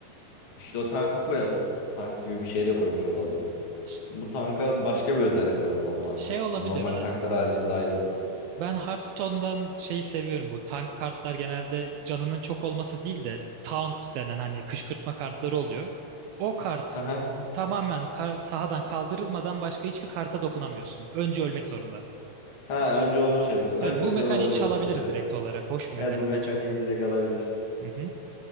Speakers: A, on the left (about 40°); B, on the right (about 80°).
A: İşte o tankı koyalım. Tank gibi bir şey de koymuş olalım.
B: Ş-
A: Bu tanka başka bir özellik koyalım ama
B: Şey olabilir.
A: normal tanklar haricinde ayrılsın.
B: Ben Hearthstone'dan şeyi seviyorum bu. Tank kartlar genelde canının çok olması değil de taunt denen hani kışkırtma kartları oluyor. O kart
A: Aha.
B: tamamen kar- sahadan kaldırılmadan başka hiçbir karta dokunamıyorsun. Önce ölmek zorunda.
A: Ha önce onu şey yapıyorsun. Evet
B: Evet bu
A: güzel
B: mekaniği
A: olabilirmiş
B: çalabiliriz
A: bu da evet.
B: direkt olarak. Hoş bir mekanik
A: Evet bu mekaniği
B: bence.
A: direkt alabilir.
B: Hı hı.